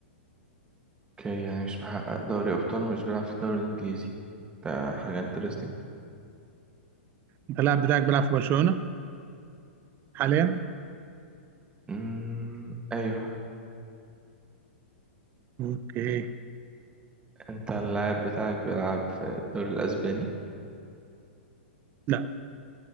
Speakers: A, on the right; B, on the right.
A: أوكي يعني مش محقق دوري أبطال ومش بيلعب في الدوري الإنجليزي ده حاجة انترستنج
B: أنت اللاعب بتاعك بيلعب في برشلونة حاليا؟
A: أمم، ايوه
B: اوكي
A: انت اللاعب بتاعك بيلعب في الدوري الاسباني
B: لا